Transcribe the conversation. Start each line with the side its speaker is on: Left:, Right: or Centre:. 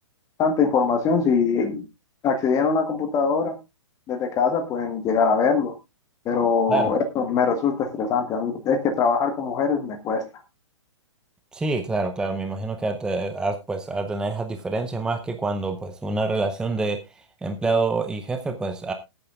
Left: tanta información. Si accedieran a una computadora desde casa, pueden llegar a verlo. Pero
Centre: Claro.
Left: eso me resulta estresante. A mí es que trabajar con mujeres me cuesta.
Centre: Sí, claro, claro, me imagino que te- has, pues a tener esas diferencias más que cuando pues una relación de empleado y jefe pues